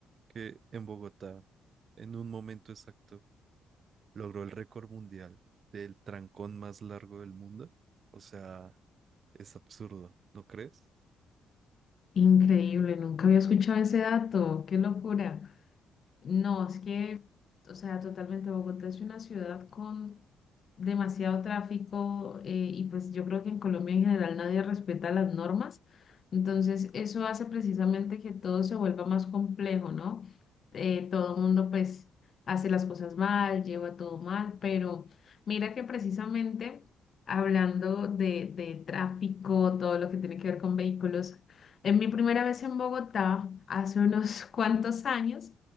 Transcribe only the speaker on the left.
Increíble, nunca había escuchado ese dato, qué locura. No, es que, o sea, totalmente Bogotá es una ciudad con demasiado tráfico eh, y pues yo creo que en Colombia en general nadie respeta las normas. Entonces, eso hace precisamente que todo se vuelva más complejo, ¿no? Eh, todo el mundo pues hace las cosas mal, lleva todo mal, pero mira que precisamente hablando de, de tráfico, todo lo que tiene que ver con vehículos, en mi primera vez en Bogotá, hace unos <laughs> cuantos años,